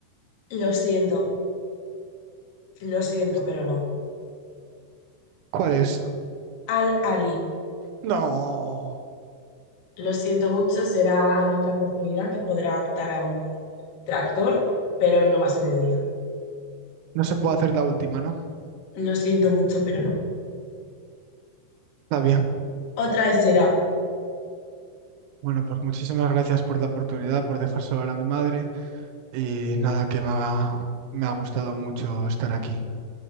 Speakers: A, on the left; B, on the right.
A: Lo siento, lo siento,
B: No me gusta.
A: pero no.
B: ¿Cuál es?
A: Al Ahly.
B: No,
A: Lo siento mucho, será en otra oportunidad que podrá optar a un tractor, pero hoy no va a ser el día.
B: no se puede hacer la última, ¿no?
A: Lo siento mucho, pero no.
B: Está bien.
A: Otra vez será.
B: Bueno, pues muchísimas gracias por la oportunidad, por dejar hablar a mi madre y nada, que me ha, me ha gustado mucho estar aquí.